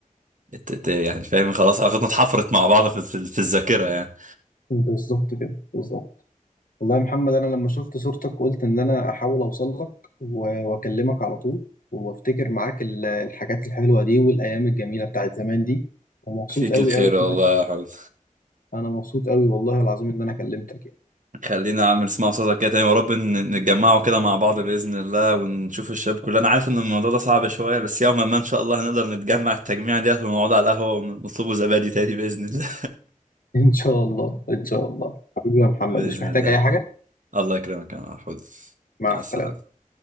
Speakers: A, on the right; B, on the left.
A: ات- ات- يعني فاهم خلاص علاقتنا اتحفرت مع بعض في في- في الذاكره يعني
B: بالظبط كده بالظبط والله يا محمد انا لما شفت صورتك قلت ان انا احاول اوصل لك و- واكلمك على طول وافتكر معاك ال- الحاجات الحلوه دي والايام الجميله بتاعت زمان دي ومبسوط
A: فيك
B: قوي
A: الخير
B: قوي
A: والله
B: إن انا
A: يا حمد
B: <laughs> أنا مبسوط قوي والله العظيم ان انا كلمتك يعني
A: خلينا عم نسمع صوتك كده تاني ورب ن- نتجمعوا كده مع بعض بإذن الله ونشوف الشباب كلنا انا عارف ان الموضوع ده صعب شوية بس يوما ما ان شاء الله هنقدر نتجمع التجميع ديت ونقعد على القهوة ونطلبوا زبادي تاني بإذن الله
B: <laughs> ان شاء الله ان شاء الله حبيبي
A: <laughs>
B: يا محمد
A: بإذن
B: مش محتاج
A: الله
B: اي
A: يا محمد.
B: حاجه
A: الله يكرمك يا محمود
B: مع
A: مع
B: السلامه
A: السلامة